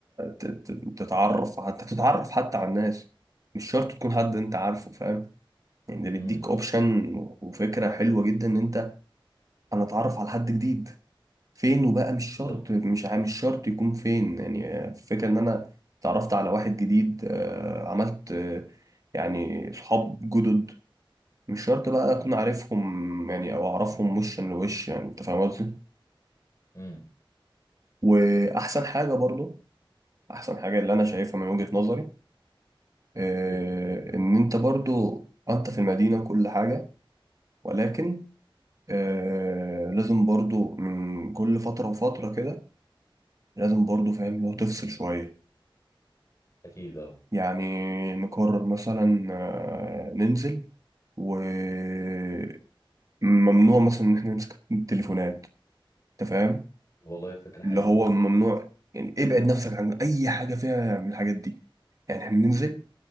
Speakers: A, on the right; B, on the left.
A: ت- ت- تتعرف حتى تتعرف حتى على الناس مش شرط تكون حد انت عارفه فاهم يعني ده بيديك
B: امم
A: اوبشن وفكرة حلوة جدا ان انت انا اتعرف على حد جديد فين وبقى مش
B: بالظبط
A: شرط مش ع- مش شرط يكون فين يعني الفكرة ان انا اتعرفت على واحد جديد آه، عملت آه، يعني صحاب جدد مش شرط بقى
B: امم
A: اكون عارفهم يعني او اعرفهم وشا لوش يعني انت فاهم قصدي
B: امم
A: واحسن حاجة برضو احسن حاجة اللي انا شايفها من وجهة نظري آه،
B: اوكي
A: ان انت برضو انت في المدينة كل حاجة ولكن آه، لازم برضو من كل فترة وفترة كده لازم برضو فاهم لو تفصل
B: امم
A: شوية
B: اكيد اه
A: يعني نقرر مثلا آه، ننزل وممنوع مثلا ان احنا نمسك التليفونات انت فاهم
B: والله فكره حلوه
A: اللي هو
B: دي
A: ممنوع يعني ابعد نفسك عن اي حاجة فيها من الحاجات دي يعني احنا ننزل